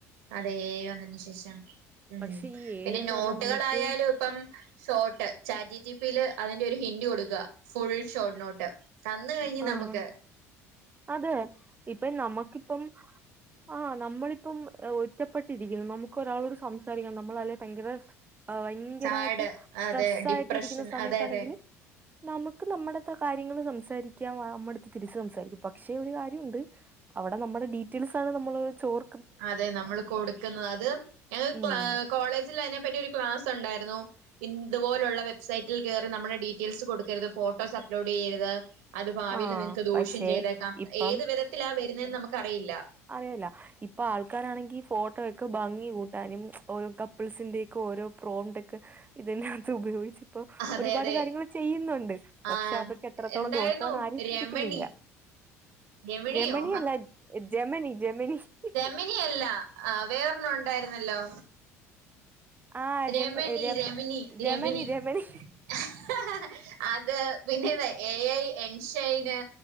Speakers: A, on the right; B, on the right.
A: അതെ,.. എ, ഐ വന്നതിന് ശേഷം ഉം,
B: പക്ഷെ ഈ എ
A: പിന്നെ
B: ഐ എന്ന്
A: നോട്ടുകളായാലും
B: പറഞ്ഞാൽ നമുക്ക്
A: പ്പം ഷോർട്ട് ചാറ്റി ജിപില് അതിന്റെ ഒരു ഹിൻഡ് കൊടുക്കുക ഫുൾ ഷോട്ട് നോട്ട് തന്ന് കഴിഞ്ഞു
B: ആഹ്
A: നമ്മക്ക്. <inaudible>
B: അതെ, ഇപ്പം നമ്മുക്കിപ്പം. ആ. നമ്മളിപ്പം ഒറ്റപ്പെട്ടിരിക്കുന്നു. നമുക്ക് ഒരാളോട് സംസാരിക്കാം. നമ്മളല്ലേ ഭയങ്കര ആ യങ്കരമായിട്ട്
A: സാഡ്
B: സ്ട്രെസ്സ്
A: അതെ ഡിപ്രഷൻ
B: ആയിട്ട് ഇരിക്കുന്ന സമയത്താണെങ്കില്
A: അതെ അതെ
B: നമുക്ക് നമ്മടത്തെ കാര്യങ്ങൾ സംസാരിക്കാ നമ്മടടുത്ത് തിരിച്ചു സംസാരിക്കാ പക്ഷെ ഒരു കാര്യമുണ്ട് അവിടെ നമ്മുടെ ഡീറ്റെയിൽസാണ് നമ്മള് ചോർ
A: അതെ, നമ്മള് കൊടുക്കുന്നത്. അത് <unintelligible>
B: ഉം
A: കോളേജില് അതിനെ പറ്റി ഒരു ക്ലാസൊണ്ടായിരുന്നു. ഇന്ത് പോലുള്ള വെബ്സൈറ്റിൽ കയറി നമ്മുടെ ഡീറ്റെയിൽസ് കൊടുക്കരുത്, ഫോട്ടോസ് അപ്ലോഡ് ചെയ്യരുത്. അത് ഭാവിൽ
B: ആഹ്
A: നിങ്ങക്ക് ദോഷ്യം
B: പക്ഷെ
A: ചെയ്തേക്കാം
B: ഇപ്പം
A: ഏത് വിധത്തിലാ വരുന്നേന്ന് നമുക്ക് അറിയില്ല
B: അറിയുല്ല ഇപ്പൊ ആൾക്കാരാണെങ്കി ഫോട്ടോയൊക്കെ ഭംഗി കൂട്ടാനും ഓരോ കപ്പിൾസിന്റെയൊക്കെ ഓരോ പ്രോമ്ടൊക്കെ ഇതിനകത്ത് ഉപയോഗിച്ച ഇപ്പൊ
A: അതെ
B: ഒരുപാട്
A: അതെ
B: കാര്യങ്ങൾ ചെയ്യുന്നുണ്ട് പക്ഷെ
A: ആഹ്
B: അതൊക്കെ എത്രത്തോളം
A: എന്തായിരുന്നു
B: ദോഷം ഇപ്പതാരും ചിന്തിക്കുന്നില്ല.
A: രമണി രമണിയോ
B: രമണി അല്ല ജമനി ജമനി. <unintelligible>
A: മിനിയല്ല. ആ വേറൊരണ്ണം ഉണ്ടായിരുന്നല്ലോ?
B: ആ രമ
A: രമനി
B: രമ
A: രമനി
B: രമനി
A: രമിനി.
B: രമനി
A: <unintelligible> അതെ. പിന്നെ <unintelligible> എ ഐ എൻഷൈന്.